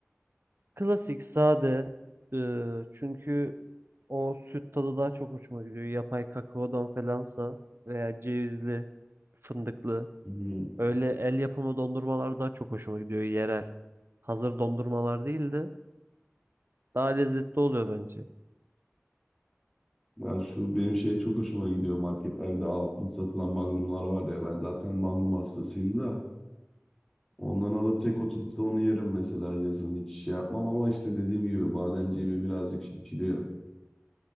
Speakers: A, on the right; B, in the centre.
A: Klasik sade. e, çünkü o süt tadı daha çok hoşuma gidiyor. Yapay kakaodan falansa veya cevizli, fındıklı.
B: Hı.
A: Öyle el yapımı dondurmalar daha çok hoşuma gidiyor yerel. Hazır dondurmalar değildi. Daha lezzetli oluyor bence.
B: Ya şu benim şey çok hoşuma gidiyor. Marketlerde altın satılan magnumlar var ya. Ben zaten magnum hastasıyım da. Ondan alıp tek oturup da onu yerim mesela yazın. Hiç şey yapmam ama işte dediğim gibi bademciğimi birazcık şişiriyor.